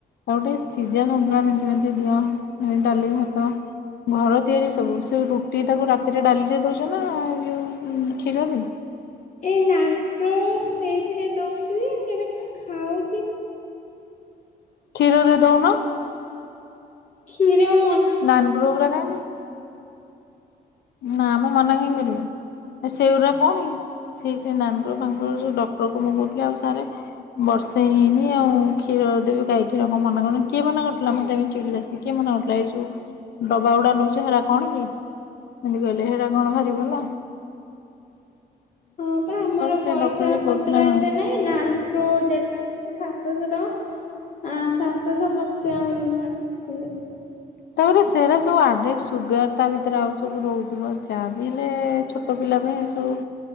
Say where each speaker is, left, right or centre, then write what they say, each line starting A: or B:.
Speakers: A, on the left; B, on the left.
A: ଆଉଟିକେ ସିଜାସନ୍ତୁଳା ମେଞ୍ଚେ ମେଞ୍ଚେ ଦିଅ ଏଡାଲି ଭାତ। ତ ଘର ତିଆରି ସବୁ ସେ ରୁଟି ତାକୁ ରାତିରେ ଡାଲିରେ ଦୋଉଚ ନା ଏଯୋଉ ହୁଁ କ୍ଷୀର ରେ।
B: ଏଇ ନାତ ସେଇଥିରେ ଦୋଉଚି ଯେ ଏଟା କଣ ଖାଉଚି।
A: କ୍ଷୀରରେ ଦୋଉନ।
B: ଖିର ମନ।
A: ନାନେଵ୍ରେ ଗୁରା ଖାଉନେହିଁ। ନା ମୁଁ ମନା କାହିଁକି କରିବି। ସେଉରା ଆଉ କଣକି ସେଇ ସେ ନାନେବ୍ରେ ବାଡ଼ରେ ଯୋ ଡକ୍ଟର କୁ ମୁଁ କହୁଥିଲି ଆଉ ସାରେ ବର୍ଷେ ହେଇନେହିଁ ଆଉ କ୍ଷୀର ଦେବି ଗାଈ କ୍ଷୀର କଣ ମନା କରୁଚନ୍ତି କିଏ ମନା କରିୁଥିଲା ମତେ ଏମିତି ଚିଡ଼ିଲା ଶିଏ। କିଏ ମନାକରୁଥୁଲାଏଯୋଉ ଡବା ଗୁଡା ନୋଉଛ ହେରା କଣ କି? ଏମିତି କହିଲେ ହେରା କଣ ବାହାରିବ ହେଲା।
B: ହଁ ପା ଆମର
A: ସେ
B: ପଇସା
A: ଡକ୍ଟର ବି କହୁଥିଲା
B: ପତ୍ର
A: ହଁ।
B: ଏତେ ନାହିଁ ନାନ୍। ପ୍ରୃଦେଲାନେହିଁ ସାତଶହ ଟଙ୍କା ଆ ସାତ୍ ସତଶ ପଞ୍ଚାଵନ ଟଙ୍କା ନୋଉଚି।
A: ତାପରେ ସେରା ସବୁ ଆଡେଡେ ସୁଗାର। ତା ଭିତରେ ଆଉ ସବୁ ରହୁଥିବ ଯାହା ବି ହେଲେ ଛୋଟ ପିଲା ପାଇଁ ଏ ସବୁ।